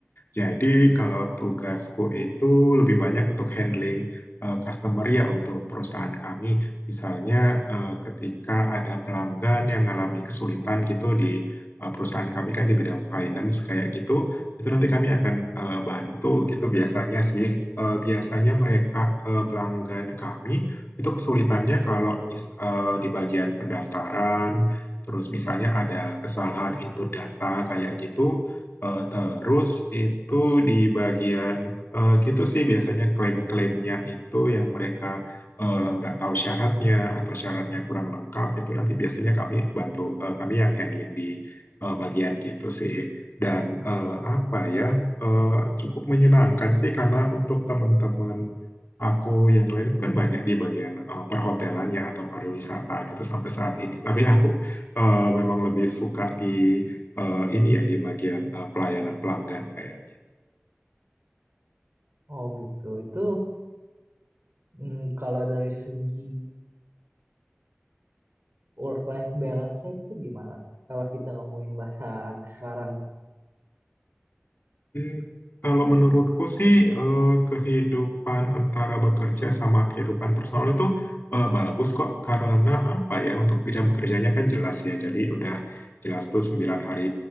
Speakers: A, on the left; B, on the right.
A: Jadi kalau tugasku itu lebih banyak untuk handling eh, customer ya untuk perusahaan kami. Misalnya eh, ketika ada pelanggan yang mengalami kesulitan gitu di eh, perusahaan kami kan di bidang finance kayak gitu, itu nanti kami akan eh, bantu gitu biasanya sih. Eh, biasanya mereka eh, pelanggan kami itu kesulitannya kalau mis- eh, di bagian pendaftaran, terus misalnya ada kesalahan input data kayak gitu, eh, terus itu di bagian eh, gitu sih biasanya klaim-klaimnya itu yang mereka eh, nggak tahu syaratnya atau syaratnya kurang lengkap itu nanti biasanya kami bantu eh, kami yang handling di eh, bagian gitu sih. Dan eh, apa ya eh, cukup menyenangkan sih karena untuk teman-teman aku yang lain itu kan banyak di bagian eh, perhotelan ya atau pariwisata gitu sampai saat ini. Tapi aku eh, memang lebih suka di eh, ini ya di bagian eh, pelayanan pelanggan kayak
B: Oh gitu. Itu mm, kalau dari segi work life balance-nya itu gimana? Kak? Kalau kita ngomongin bahasa anak sekarang.
A: Hmm, Kalau menurutku sih eh, kehidupan antara bekerja sama kehidupan personal itu eh, bagus kok karena apa ya untuk jam kerjanya kan jelas ya jadi udah jelas tuh sembilan hari